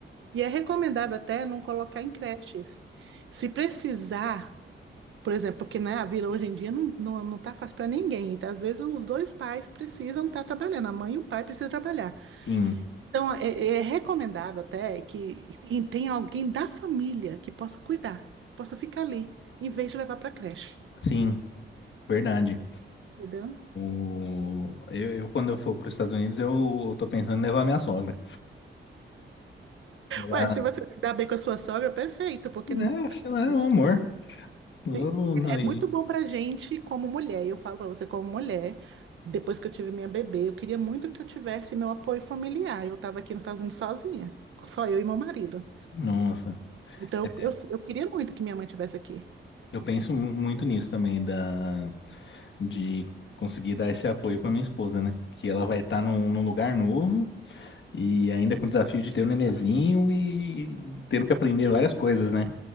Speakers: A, on the right; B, on the left.
A: E é recomendável até não colocar em creches. Se precisar Por exemplo, porque né, a vida hoje em dia não, não, não tá fácil para ninguém. Então, às vezes os dois pais precisam estar trabalhando, a mãe e o pai precisam trabalhar.
B: Sim,
A: Então, é, é recomendável até que e tenha alguém da família que possa cuidar, que possa ficar ali, em vez de levar para creche.
B: sim, verdade.
A: Entendeu?
B: O, eu, eu, quando eu for para os Estados Unidos, eu tô pensando em levar minha sogra. Ela,
A: Ué, se você se dá bem com a sua sogra, perfeito, porque
B: né,
A: não,
B: acho que ela é
A: né?
B: um amor. Eu
A: Sim,
B: não-
A: É
B: e-
A: muito bom pra gente como mulher, e eu falo pra você como mulher, depois que eu tive minha bebê, eu queria muito que eu tivesse meu apoio familiar. Eu tava aqui nos Estados Unidos sozinha, só eu e meu marido.
B: Nossa,
A: Então
B: é,
A: eu, eu queria muito que minha mãe tivesse aqui.
B: eu penso mu- muito nisso também, da, de conseguir dar esse apoio pra minha esposa, né? Que ela vai estar num, num lugar novo e ainda com o desafio de ter um nenenzinho e tendo que aprender várias coisas, né?